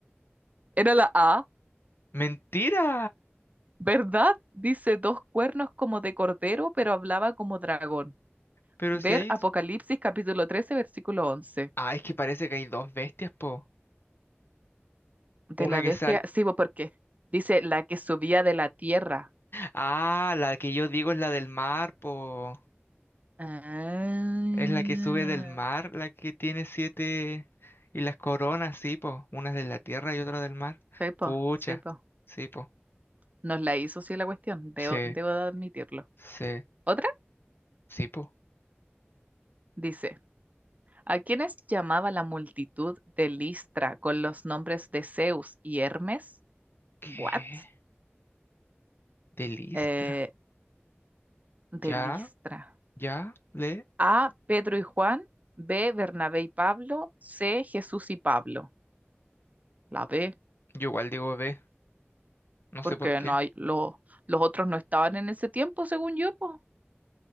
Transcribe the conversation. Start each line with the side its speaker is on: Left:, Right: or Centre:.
Right: Era la A,
Left: Mentira.
Right: ¿verdad? Dice dos cuernos como de cordero, pero hablaba como dragón.
Left: Pero
Right: Ver
Left: si hay...
Right: Apocalipsis capítulo 13 versículo 11.
Left: Ah, es que parece que hay dos bestias, po.
Right: De
Left: Una
Right: la
Left: que
Right: bestia,
Left: sale...
Right: sí, bo, porque dice la que subía de la tierra.
Left: Ah, la que yo digo es la del mar, po.
Right: Ah,
Left: Es la que sube del mar, la que tiene siete y las coronas, sí, po. Una es de la tierra y otra del mar.
Right: sí, po,
Left: Pucha,
Right: sí, po.
Left: sí, po.
Right: Nos la hizo, sí, la cuestión, debo,
Left: Sí,
Right: debo de admitirlo.
Left: sí,
Right: Otra
Left: sí, po.
Right: dice, ¿a quiénes llamaba la multitud de Listra con los nombres de Zeus y Hermes?
Left: ¿Qué?
Right: What?
Left: De Listra.
Right: Eh, de
Left: Ya,
Right: Listra.
Left: ya, le.
Right: A, Pedro y Juan, B, Bernabé y Pablo, C, Jesús y Pablo. La B,
Left: Yo igual digo ve, no
Right: porque
Left: sé por qué.
Right: no hay, lo- los otros no estaban en ese tiempo, según yo, pues.